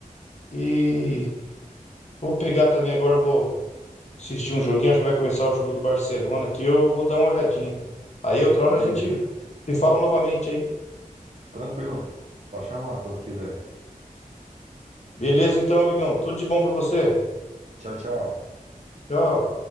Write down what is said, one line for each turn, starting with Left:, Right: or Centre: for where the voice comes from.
Left: E vou pegar também agora, vou assistir um joguinho, acho que vai começar o jogo do Barcelona aqui, eu vou dar uma olhadinha. Aí outra hora
Right: Beleza.
Left: a gente se fala novamente aí.
Right: Tranquilo. Só chamar quando quiser.
Left: Beleza, então, amigão. Tudo de bom pra você.
Right: Tchau, tchau.
Left: Tchau.